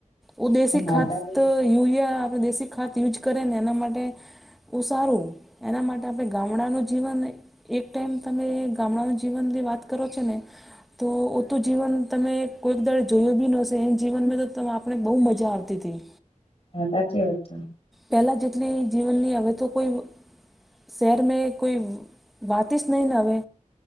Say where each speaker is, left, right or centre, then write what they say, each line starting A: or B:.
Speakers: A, in the centre; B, on the left.
A: ઉ દેશી
B: હા
A: ખાત
B: સારી
A: યુરિયા આપણે દેશી ખાત યુઝ કરે ને એના માટે બોવ સારું એના માટે આપણે ગામડાનું જીવન એક ટાઈમ તમે ગામડાનું જીવનની વાત કરો છો ને તો ઓ તો જીવન તમે કોઈક દાડે જોયું બી નશે એ જીવનમાં તો આપણે બહુ મજા આવતી હતી.
B: હા સાચી વાત છે.
A: પેહલા જેટલી જીવનની હવે તો કોઈ શહેર મે કોઈ વાતી જ નહી હવે